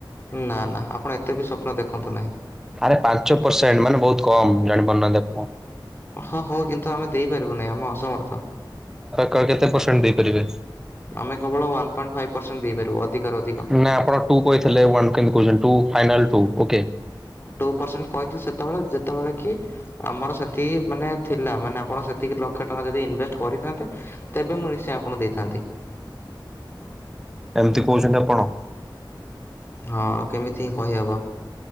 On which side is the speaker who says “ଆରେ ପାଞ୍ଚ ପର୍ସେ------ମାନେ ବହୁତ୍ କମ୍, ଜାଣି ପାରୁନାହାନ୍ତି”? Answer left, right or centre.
Centre